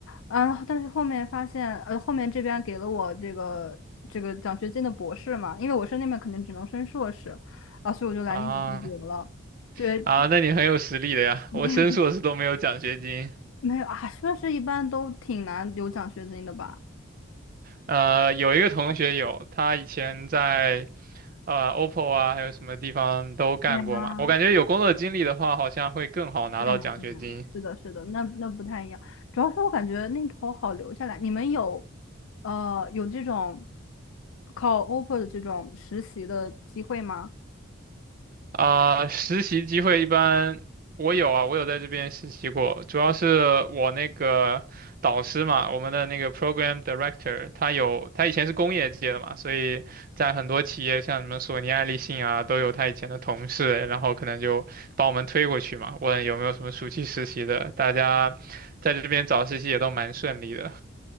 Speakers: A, on the left; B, on the right.
A: 嗯、但是后面发现，呃，后面这边给了我这个这个奖学金的博士嘛，因为我申那边肯定只能申硕士，啊，所以我就来英国读博了。
B: 啊
A: 对，
B: 啊，那你很有实力的呀。我升硕士都没有奖学金。
A: <laughs> 没有没有啊，硕士一般都挺难有奖学金的吧？
B: 呃，有一个同学有，他以前在呃 OPPO 啊，还有什么地方都干过嘛。
A: 对啊
B: 我感觉有工作经历的话，好像会更好拿到奖学金。
A: 对呀，对呀，对呀，是的，是的，那那不太一样。主要是我感觉那头好留下来。你们有，呃，有这种考 offer 的这种实习的机会吗？
B: 啊、实习机会一般我有啊，我有在这边实习过，主要是我那个导师嘛，我们的那个 program director，他有他以前是工业界的嘛，所以在很多企业像什么索尼、爱立信啊，都有他以前的同事，然后可能就把我们推过去嘛，问有没有什么暑期实习的，大家在这边找实习也都蛮顺利的。